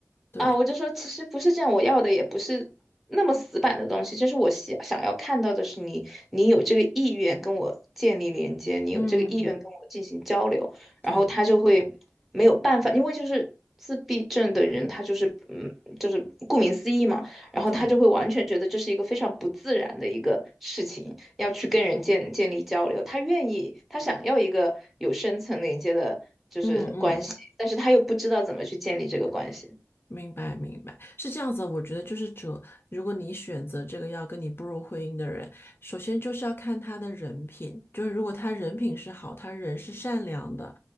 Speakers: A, on the left (about 45°); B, in the centre.
A: 对，
B: 啊，我就说其实不是这样，我要的也不是那么死板的东西，就是我想想要看到的是你，你有这个意愿跟我建立连接，你有这个意愿跟我进行交流，
A: 嗯，
B: 然后他就会没有办法，
A: 对，
B: 因为就是自闭症的人，他就是嗯，就是顾名思义嘛，然后他就会完全觉得这是一个非常不自然的一个事情，
A: 对，
B: 要去跟人建建立交流，他愿意，他想要一个有深层连接的，就是关系，
A: 嗯嗯。
B: 但是他又不知道怎么去建立这个关系。
A: 明白，明白，是这样子的我觉得就是这，如果你选择这个要跟你步入婚姻的人，首先就是要看他的人品，就是如果他人品是好，他人是善良的，